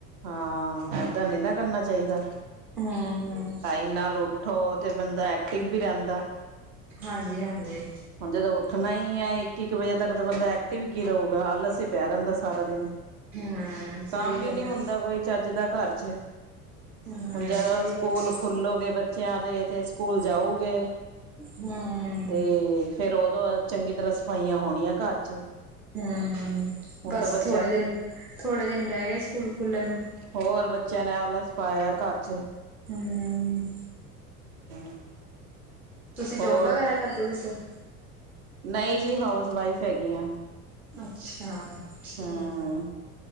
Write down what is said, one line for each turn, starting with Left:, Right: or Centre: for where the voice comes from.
Right: ਹਾਂ ਏਦਾਂ ਨੀ ਨਾ ਕਰਨਾ ਚਾਹੀਦਾ। ਦਾ
Centre: ਹਮ
Right: ਟਾਈਮ ਨਾਲ ਉੱਠੋ ਤੇ ਬੰਦਾ ਐਕਟਿਵ ਵੀ ਰਹਿੰਦਾ।
Centre: ਹਾਂਜੀ ਹਾਂਜੀ
Right: ਹੁਣ ਜਦੋਂ ਉੱਠਣਾ ਹੀ ਹੈ ਇੱਕ ਇੱਕ ਵਜੇ ਤੱਕ ਤਾਂ ਬੰਦਾ ਐਕਟਿਵ ਕੀ ਰਹੋ ਪ ਆਲਸ ਤੇ ਪਿਆ ਰਹਿੰਦਾ ਸਾਰਾ ਦਿਨ
Centre: ਹੂੰ ਸਹੀ
Right: ਕੰਮ ਵੀ
Centre: ਗੱਲ
Right: ਨੀ
Centre: ਹੈ
Right: ਹੁੰਦਾ ਕੋਈ ਚੱਜ ਦਾ ਘਰ ਚ
Centre: ਹੂੰ
Right: ਹੁਣ ਜਦੋਂ
Centre: ਸਹੀ
Right: ਸਕੂਲ
Centre: ਗੱਲ
Right: ਖੁੱਲੋਗੇ ਬੱਚਿਆਂ ਦੇ ਤੇ ਸਕੂਲ ਜਾਊਗੇ
Centre: ਹੂੰ
Right: ਤੇ ਫੇਰ ਦੋਂ ਚੰਗੀ ਤਰ੍ਹਾਂ ਸਫਾਈਆਂ ਹੋਣੀਆਂ ਘਰ ਚ
Centre: ਹੂੰ
Right: ਹੁਣ
Centre: ਬਸ
Right: ਤਾਂ ਬੱਚਿਆਂ
Centre: ਥੋੜੇ
Right: ਨੇ
Centre: ਦਿਨ ਥੋੜੇ ਦਿਨ ਰਹਿ ਗਏ ਸਕੂਲ ਖੁਲਣ ਨੂੰ
Right: ਹੋਰ ਬੱਚਿਆਂ ਨੇ ਆਲਸ ਪਾਇਆ ਘਰ ਚ
Centre: ਹੂੰ
Right: <unintelligible>
Centre: ਤੁਸੀਂ
Right: ਹੋਰ
Centre: ਜੋਬ ਵਗੈਰਾ ਕਰਦੇ ਤੁਸੀਂ
Right: ਨਹੀਂ ਜੀ ਹਾਊਸ ਵਾਈਫ ਹੈਗੀ ਆ
Centre: ਅੱਛਾ ਠੀਕ
Right: ਹਮ